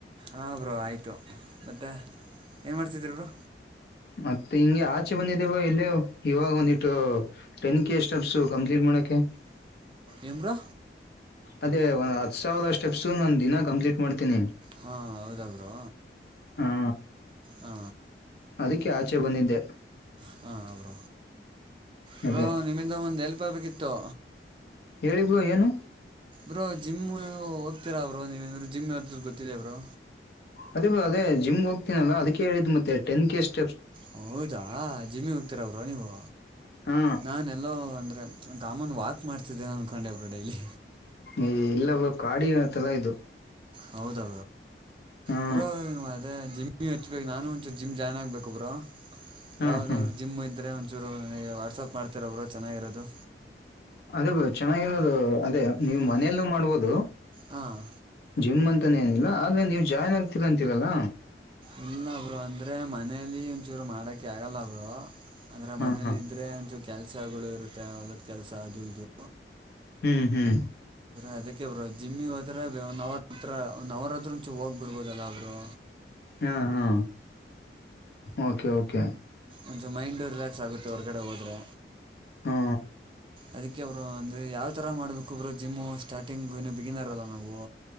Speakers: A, on the right (about 30°); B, on the left (about 65°).
A: ಹಾಂ ಬರು ಆಯಿತು ಬತ್ತ ಏನು ಮಾಡ್ತಿದ್ದೀರಿ ಬರು
B: ಮತ್ತೆ ಹಿಂಗೆ ಆಚೆ ಬಂದಿದೆೇವ ಇಲ್ಲೇ ಇವಾಗ ಒಂದಿಟ್ಟು ಟೆನ್ ಕೆ ಸ್ಟೆಪ್ಸ ಕಂಪ್ಲೀಟ್ ಮಾಡಕೆ ಹ
A: ಏನ್ರೋ
B: ಅದೇ ಒ ಹತ್ ಸಾವಿರ ಸ್ಟೆಪ್ಸು ನಾನು ದಿನ ಕಂಪ್ಲೀಟ್ ಮಾಡ್ತೇನಿ
A: ಹಾ ಹೌದಬ್ರು
B: ಹಾ
A: ಹಾ
B: ಅದಕ್ಕೆ ಆಚೆ ಬಂದಿದ್ದೆ
A: ಹಾ ಅವರು ಬ್ರೋ
B: ಅದೇ
A: ನಿಮ್ಮಿಂದ ಒಂದ್ ಎಲ್ಪ್ ಆಗ್ಬೇಕಿತ್ತು
B: ಹೇಳಿ ಬ್ರೋ ಏನು
A: ಇಬ್ರು ಜಿಮ್ ಹೋಗ್ತೀರಾ ಅವರು ನೀವರು ಜಿಮ್ ಗೊತ್ತಿದೆ ಅವರು
B: ಅದೇ ಬಾ ಅ ಜಿಮ್ ಹೋಗ್ತೀನಲ್ಲ ಅದ್ಕ್ಕೆ ಹೇಳಿದ ಮತ್ತೆ ಟನ್ ಕೆಷ್ಟ
A: ಹೌದಾ ಜಿಮ್ಮಿ ಹೋಗ್ತೀರ ಅವರು ನೀವು
B: ಹಾ
A: ನಾನ ಎಲ್ಲೋ ಅಂದ್ರೆ ಗಾಮನ್ ವಾಕ್ ಮಾಡ್ತಿದ್ದೇ ಅನ್ಕೊಂಡೆವರು ಡೈಲಿ
B: ಈ ಇಲ್ಲವ ಕಾಡಿ ಅಂತೆಲ್ಲ ಇದು
A: ಹೌದಾ
B: ಹಾ
A: ಬ್ರೋ ಅ ಜಿಮ್ಮ್ ಹಚ್ಬೇಕು ನಾನು ಒಂಚ ಜಿಮ್ ಜಾಯ್ನ್ ಆಗ್ಬೇಕು ಒಬ್ರು
B: ಹಾ
A: ಯಾವ್ದದಾದ್ರು
B: ಹಾ
A: ಜಿಮ್ ಇದ್ರೆಂ ಚೂರುನಗೆ ವಾಟ್ಸಪ್ ಮಾಡ್ತಿರ ಅವಬ್ರು ಚೆನ್ನಾಗಿರೋದು
B: ಅದೇ ಬ ಚೆನ್ನಾಗಿರೋದು ಅದೇ ನೀವು
A: ಹಾಂ
B: ಮನೆಯಲ್ಲೂ ಮಾಡ್ಬೋದು
A: ಹಾಂ
B: ಜಿಮ್ ಅಂತಾನ ಏನಿಲ್ಲ ಆದ್ರೆ ನೀವ್ ಜಾಯ್ನ್ ಆಗ್ತಿರ ಅಂತೀರಲ್ಲ
A: ಇಲ್ಲಬ್ರು ಅಂದ್ರೆ ಮನೇಲಿ ಒಂಚೂರು ಮಾಡಕ ಆಗಲ್ಲ ಅವಬ್ರು ಅಂದ್ರೆ
B: ಹಾ
A: ಮನೇಲಿ
B: ಹಾ
A: ಇದ್ರೆ ಅಂತೂ ಕೆಲಸಗಳು ಇರುತ್ತೆ ಹೊಲದ ಕೆಲಸ ಅದು ಇದು
B: ಹ್ಮ್ ಹ್ಮ್
A: ಅದಕ್ಕೆೇ ಬರು ಜಿಮ್ಮಿಗೆ ಹೋದ್ರ ನವರತ್ರ ನವರತ್ರಂಚ ಹೋಗ್ ಬಿಡ್ಬೋದಾಬ್ರು
B: ಹಾ ಹಾ ಓಕೆ ಓಕೆ
A: ಒಂಚ ಮೈಂಡು ರಿಲ್ಯಾಕ್ಸ್ ಆಗುತ್ತೆ ಹೊರಗಡೆ ಹೋದರೆೆ
B: ಹಾ
A: ಅದಕ್ಕೆ ಅವರು ಅಂದರೆ ಯಾವ ಥರ ಮಾಡ್ಬೇಕುೊಬ್ರು ಜಿಮ್ಮು ಸ್ಟಾರ್ಟಿಂಗ್ ಇನ್ನು ಬಿಗಿನಾರಲ್ಲ ನಾವು